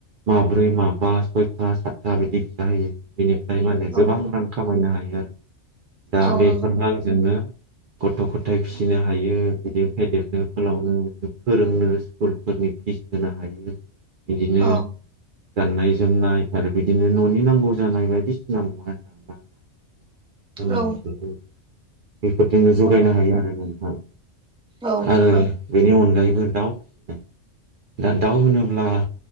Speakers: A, on the right; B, in the centre.
A: माब्रै माबा सयथा सातथा बिदि फिसा होयो। बिनिफ्राय माने
B: औ
A: गोबां रां खामायनो हायो आरो दा
B: औ
A: बेफोर
B: नंगौ
A: रांजोंनो गथ' गथाय फिसिनो हायो बिदि फेदेरनो फोलावनो फोरोंनो स्कुलफोरनि फिस होनो हायो बिदिनो
B: औ
A: गाननाय जोमनाय आरो बिदिनो न'नि नांगौ जानाय बायदिसिना मुवा नांगौ जानाय
B: औ
A: बेफोरखौ <unintelligible> बेफोरजोंनो जगायनो
B: औ
A: हायो आरो नोंथां।
B: औ
A: आरो बेनि अनगायैबो दाउ फिसिनाय दा दाउ होनोब्ला